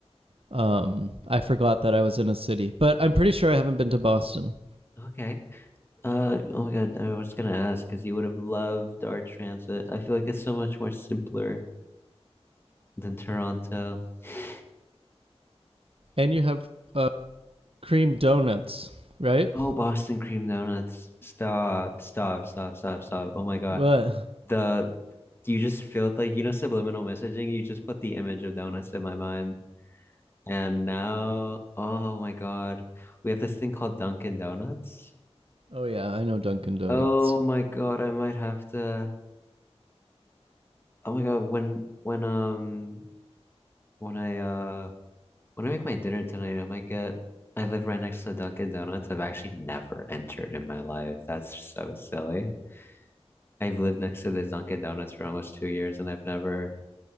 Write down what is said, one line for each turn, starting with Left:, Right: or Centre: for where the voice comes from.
Right: um, I forgot that I was in a city. But I'm pretty sure I haven't been to Boston.
Left: Okay. Uh, oh my God, I was gonna ask because you would have loved our transit. I feel like it's so much more simpler than Toronto. <laughs>
Right: And you have uh, cream donuts, right?
Left: Oh, Boston cream donuts. Stop, stop, stop, stop, stop. Oh my God.
Right: What?
Left: The you just feel like you know subliminal messaging, you just put the image of donuts in my mind. And now, oh my God, we have this thing called Dunkin' Donuts.
Right: Oh, yeah, I know Dunkin' Donuts.
Left: Oh my God, I might have to. Oh my God, when when um when I uh When I make my dinner tonight, I might get, I live right next to Dunkin' Donuts. I've actually never entered in my life. That's so silly. I've lived next to this Dunkin' Donuts for almost two years and I've never,